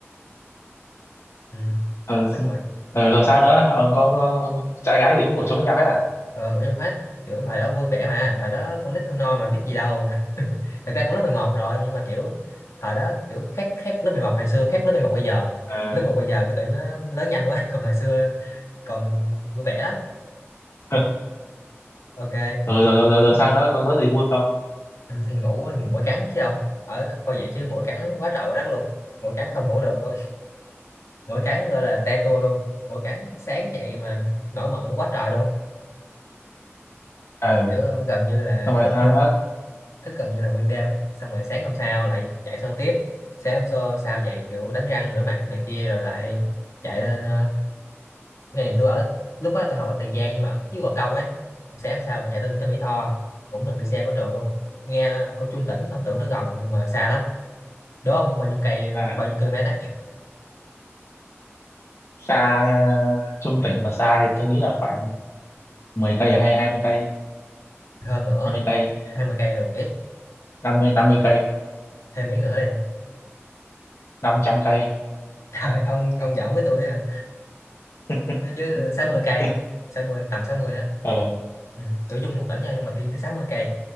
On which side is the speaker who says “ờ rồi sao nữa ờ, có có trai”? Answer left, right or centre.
Left